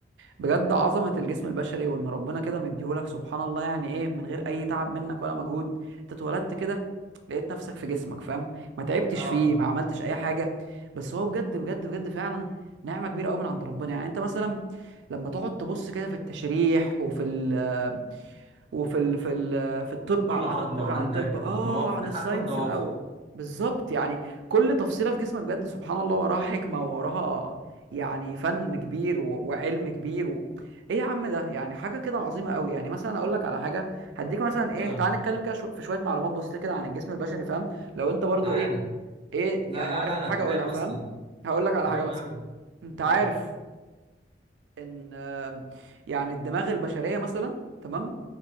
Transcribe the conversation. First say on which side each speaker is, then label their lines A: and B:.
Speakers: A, on the right; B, on the right.
A: بجد عظمة الجسم البشري وإن ربنا كده مديهولك سبحان الله يعني إيه من غير أي تعب منك ولا مجهود أنت اتولدت كده لقيت نفسك في جسمك فاهم ما تعبتش
B: اه
A: فيه ما عملتش أي حاجة بس هو بجد بجد بجد فعلا نعمة كبيرة أوي من عند ربنا يعني أنت مثلا لما تقعد تبص كده في التشريح وفي ال وفي ال... في ال... في الطب
B: كل
A: عامه
B: عظمة
A: تقرا
B: عندك
A: عن الطب اه
B: وضوافر
A: عن الساينس
B: حتى الضوافر
A: بقى و... بالظبط يعني كل تفصيله في جسمك بجد سبحان الله وراها حكمه ووراها يعني فن كبير و... وعلم كبير و... ايه يا عم ده يعني حاجه كده عظيمه قوي يعني مثلا اقول لك على حاجه هديك مثلا ايه
B: اه
A: تعال نتكلم كده شو... في شويه معلومات بسيطه كده عن الجسم البشري فاهم لو انت برضو
B: تعالى
A: ايه ايه
B: لا
A: يعني
B: لا
A: عارف
B: لا انا
A: حاجه
B: تمام
A: اقولها فاهم
B: اصلا
A: هقول لك على
B: تمام
A: حاجه مثلا
B: أوي
A: انت عارف
B: امم
A: ان آم، يعني الدماغ البشريه مثلا تمام